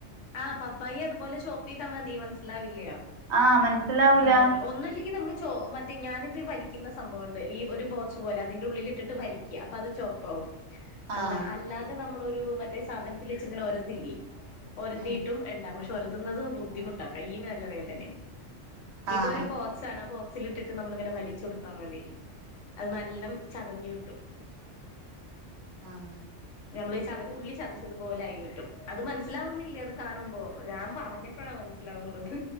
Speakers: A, on the left; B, on the right.
A: ആഹ് പപ്പായി അതുപോലെ ചോപ്പ ചെയതാ മതി മനസ്സിലാവില്ലയ
B: ആഹ് മനസ്സിലാവൂല
A: ഉ ഒന്നുംല്ലെങ്കിൽ നമ്മൾ ചോ മറ്റ തി ഞാനിത് വലിക്കുന്ന സംഭവോണ്ട് ഈ ഒരു ബോക്സ് പോലെ അതിന്റെ ഉള്ളില ഇട്ടിട്ട് വലിക്കുക അപ്പൊ അത് ചോപ്പാവും
B: ആഹ്
A: എന്താണ് അല്ലാതെ നമ്മളൊരു മറ്റേ സാധനത്തിൽ വെച്ചിങ്ങനെ ഒരതില്ലേ ഒരതിയിട്ടും
B: ഉം
A: ഉണ്ടാകും പക്ഷെ ഒരുതുന്നത് ബുദ്ധിമുട്ടാ കയിന് നല്ല വേദന
B: ആഹ്
A: ഇതൊരു ബോ ചണ ബോക്സിൽ ഇട്ടിട്ട് നമ്മളിങ്ങനെ വലിച്ചു കൊടുത്താൽ മതി അത് നല്ല ചതഞ്ഞഞ് കിട്ടും
B: ആഹ
A: നമ്മള ഈ ചത ഉള്ളി ചതച് തുപോലെ ആയി കിട്ടും അത് മനസ്സിലാവുന്നില്ലേ അത് കാണുമ്പോ ഞാൻ പറഞ്ഞപ്പോഴാണ് മനസ്സിലാവുന്നത്